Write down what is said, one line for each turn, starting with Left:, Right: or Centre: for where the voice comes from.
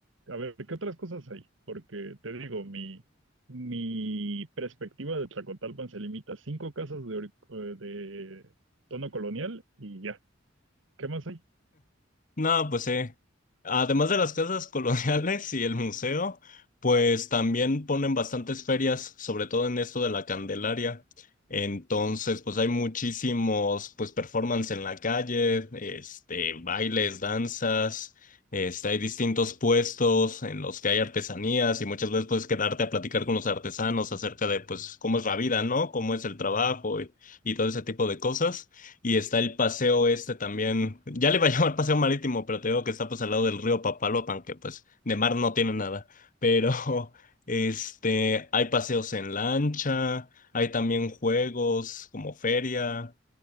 Right: A ver, ¿qué otras cosas hay? Porque te digo, mi, mi perspectiva de Tlacotalpan se limita a cinco casas de, ori- eh, de tono colonial y ya. ¿Qué más hay?
Left: No, pues sí. Además de las casas coloniales y el museo, pues también ponen bastantes ferias, sobre todo en esto de la Candelaria. Entonces, pues hay muchísimos, pues performance en la calle, este, bailes, danzas, este, hay distintos puestos en los que hay artesanías y muchas veces puedes quedarte a platicar con los artesanos acerca de, pues, cómo es la vida, ¿no? Cómo es el trabajo y y todo ese tipo de cosas. Y está el paseo este también. Ya le iba a <laughs> llamar paseo marítimo, pero te digo que está pues al lado del río Papaloapan, que pues de mar no tiene nada. Pero <laughs> este, hay paseos en lancha, hay también juegos como feria.